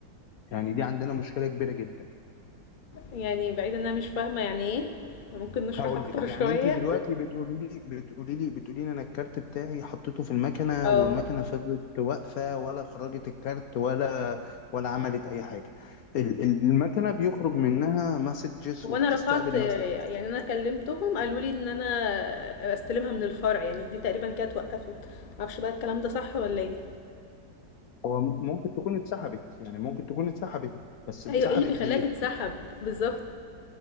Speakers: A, on the left; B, on the left.
A: يعني دي عندنا مشكلة كبيرة جدا
B: يعني بعيد ان انا مش فاهمة يعني ايه ممكن نشرح
A: هقول
B: اكتر
A: لك يعني
B: <laughs> شوية
A: انت دلوقتي بتقولي لي بتقولي لي بتقولي لي انا الكارت بتاعي حطيته في المكنه
B: اه
A: والمكنه فضلت واقفه ولا خرجت الكارت ولا ولا عملت اي حاجه ال- ال- المكنه بيخرج منها مسجز
B: هو
A: وبتستقبل
B: انا رفعت يعني
A: مسجز
B: انا كلمتهم قالوا لي ان انا استلمها من الفرع يعني دي تقريبا كانت وقفت معرفش بقى الكلام ده صح ولا ايه
A: هو م- ممكن تكون اتسحبت يعني ممكن تكون اتسحبت بس اتسحبت
B: ايوه ايه اللي بيخليها
A: ليه
B: تتسحب بالظبط